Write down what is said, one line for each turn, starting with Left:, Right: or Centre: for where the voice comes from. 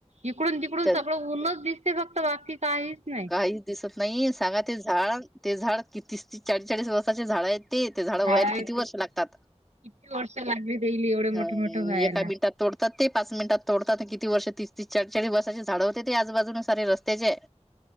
Right: इकडून तिकडून
Centre: त्या
Right: सगळं ऊनच दिसते फक्त बाकी काहीच नाही
Centre: काही दिसत नाही सांगा ते झाड ते झाड कितीस तीस चाळीस चाळीस वर्षांचे झाड आहेत. ते य ते झाडं
Right: झाड
Centre: व्हायला किती वर्ष लागतात?
Right: किती वर्ष लागली देईल एवढे
Centre: हा
Right: मोठे मोठे व्हायला
Centre: एका मिनिटात तोडतात ते पाच मिनिटात तोडतात किती वर्ष तीस तीस चाडचडी बसाचे झाड होते. ते आजू बाजून सारे रस्त्याचे,